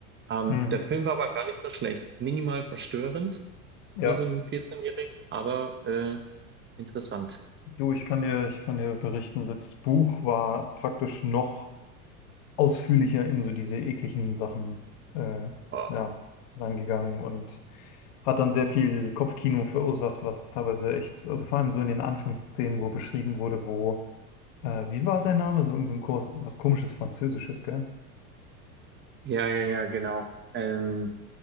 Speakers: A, on the right; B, on the left.
A: Ähm,
B: Hm.
A: der Film war aber gar nicht so schlecht. Minimal verstörend
B: Ja,
A: für so einen 14-Jährigen, aber äh, interessant.
B: du, ich kann dir, ich kann dir berichten, das Buch war praktisch noch ausführlicher in so diese ekligen Sachen äh,
A: Oh,
B: ja, reingegangen und hat dann sehr viel Kopfkino verursacht, was teilweise echt, also vor allem so in den Anfangsszenen, wo beschrieben wurde, wo Äh, wie war sein Name? So, irgend so ein Kurs, was komisches Französisches, gell?
A: ja, ja, ja, genau. Ähm,